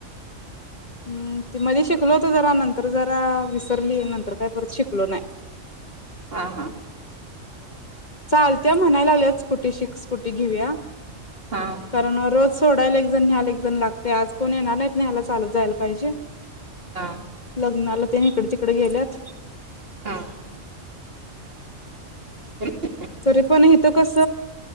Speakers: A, on the left (about 35°); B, on the right (about 45°).
A: हम्म मध्ये शिकलो होतो जरा नंतर जरा विसरली नंतर काही परत शिकलो नाही.
B: हा.
A: चालत म्हणायला लागल्या, स्कुटी शिक स्कुटी घेऊया
B: हा
A: कारण रोज सोडायला एकजण, न्यायला एकजण लागते, आज कोण येणार नाहीत, नेहायला चालत जायला पाहिजे.
B: हा!
A: लग्नाला, ते इकड तिकडे गेल्यात.
B: हा! हा <unintelligible>
A: तरी पण हीत कस.